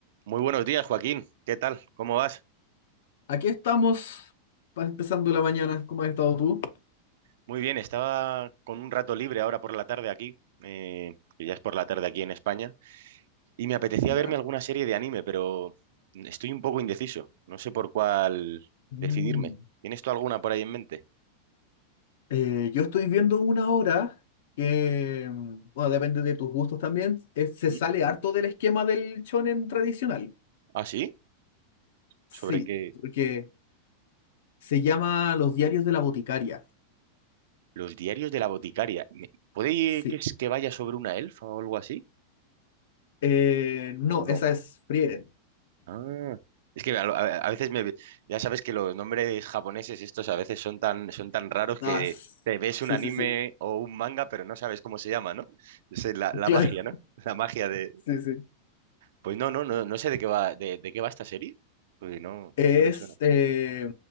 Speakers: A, on the right; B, on the left.
A: Muy buenos días, Joaquín. ¿Qué tal? ¿Cómo vas?
B: Aquí estamos, pa- empezando la mañana. ¿Cómo has estado tú?
A: Muy bien, estaba con un rato libre ahora por la tarde aquí, eh, que ya es por la tarde aquí en España, y me apetecía
B: ¿Ya?
A: verme alguna serie de anime, pero estoy un poco indeciso. No sé por cuál
B: Mm.
A: decidirme. ¿Tienes tú alguna por ahí en mente?
B: Eh, yo estoy viendo una obra que, mm, bueno, depende de tus gustos también, es- se
A: ¿Mm?
B: sale harto del esquema del shonen tradicional.
A: ¿Ah, sí?
B: Sí,
A: ¿Sobre qué?
B: porque se llama Los diarios de la boticaria.
A: Los diarios de la boticaria. Me- ¿Puede
B: Sí.
A: que es- que vaya sobre una elfa o algo así?
B: Eh, no,
A: ¿O no?
B: esa es Frieren.
A: Ah, es que a, lo- a- a veces me, ya sabes que los nombres japoneses estos a veces son tan, son tan raros
B: Ah,
A: que
B: s-
A: te ves
B: sí,
A: un anime
B: sí, sí,
A: o un manga pero no sabes cómo se llama, ¿no? Esa es la, la
B: <laughs> claro.
A: magia, ¿no? <laughs> La magia de...
B: Sí, sí.
A: Pues no, no, no, no sé de qué va, de, de qué va esta serie, porque no,
B: Es,
A: no me suena.
B: eh,